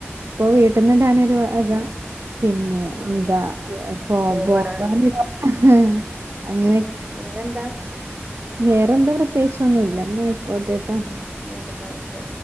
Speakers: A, on the right; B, on the right.
A: ഇപ്പൊ വീട്ട് ടാനൊരു വക. പിന്നെ
B: ഉം
A: എന്താ ഫോ
B: പോകുമ്പടാനല്ലേ
A: ബോ <unintelligible> അങ്ങനെയൊക്കെ.
B: ഉം പിന്നെന്താ?
A: വേറെ ന്താ പ്രത്യേകിച്ച ന്നും ഇല്ല ന്ന ആയിക്കോട്ടെ.
B: ന്നാ അയിക്കോട്ടെ ഓക്കെ.